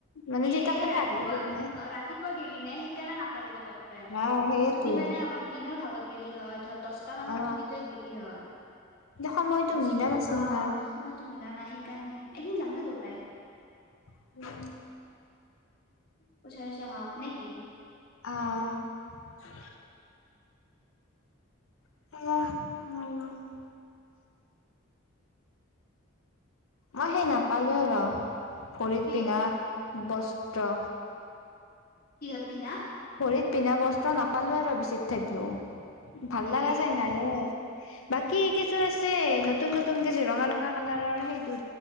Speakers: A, on the left; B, on the left.
A: মানে
B: এ
A: যতিকলে
B: ৰাতিপুৱা
A: খোৰ হৈ গ'ল নে
B: ৰাতিপুৱা গেলি নে শিকনা নাপালি পতককে
A: নাই সেয়েতো
B: দুদি মানে অলপ দিনৰ ভাগত গেলি হয় ধৰ দহ মানত
A: অ
B: যদি তই খতি হয়
A: সময়টো
B: দচটা
A: মিলা নাছিল
B: অ'
A: না
B: মই তো মিলা ন সেইকাৰণাই একদিন যাম দে দুইতাই
A: <inaudible>
B: পচাইচা হওক নেকি
A: অ', <inaudible> মই সেই নাপালো আৰু ভৰিত
B: কি
A: পিন্ধা বস্ত্ৰ
B: কিহত পিনা
A: ভৰিত পিন্ধা বস্ত্ৰ নাপালো আৰু বেচিত থাকিলো ভাল
B: এ
A: লগা যোই নাই বাকী কযোৰ আছে নতুন নতুন কযোৰ ৰঙা ৰঙা কালাৰৰ সেই